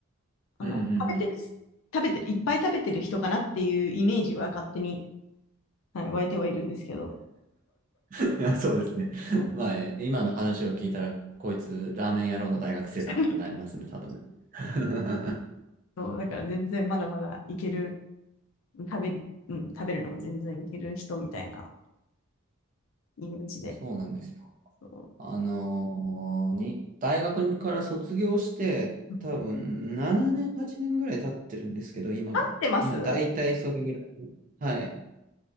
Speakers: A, on the left (about 75°); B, on the right (about 40°).
A: あの、
B: うんうんうん。
A: 食べてるす、食べてる、いっぱい食べてる人かなっていうイメージは勝手に、はい、湧いてはいるんですけど、
B: <laughs> いやそうですね。
A: うん、
B: まあ、え今の話を聞いたら、こいつ、ラーメン野郎の大学生だなってなりますね、
A: <laughs>
B: 多分ね。<laughs>
A: そう、だから全然まだまだいける、食べる、うん、食べるのも全然いける人みたいなイメージで。
B: そうなんですよ。
A: そう。
B: あのーに、大学から卒業して、
A: うん立
B: 多分7年、8年ぐらい経ってるんですけど、今が。
A: ってます
B: まあ、大体それぐらい。はい。